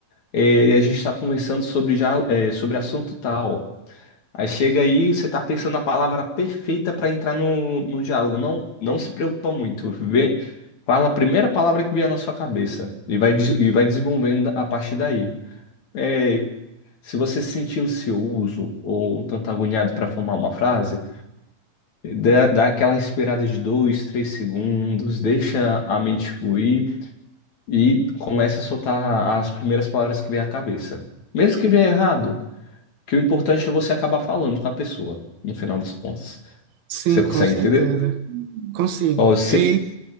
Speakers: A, on the left; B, on the right.
A: é, a gente está conversando sobre, já, é, sobre assunto tal. Aí chega aí, você tá pensando na palavra perfeita para entrar no, no diálogo. Não, não se preocupa muito. Vê, fala a primeira palavra que vier na sua cabeça e vai, des- e vai desenvolvendo a partir daí. É, se você se sentir ansioso ou um tanto agoniado para formar uma frase, dá, dá aquela respirada de dois, três segundos, deixa a mente fluir e começa a soltar as primeiras palavras que vier à cabeça. Mesmo que vier errado, que o importante é você acabar falando com a pessoa, no final das contas.
B: Sim,
A: Você consegue
B: com certeza.
A: entender?
B: Consigo.
A: Ó, se...
B: E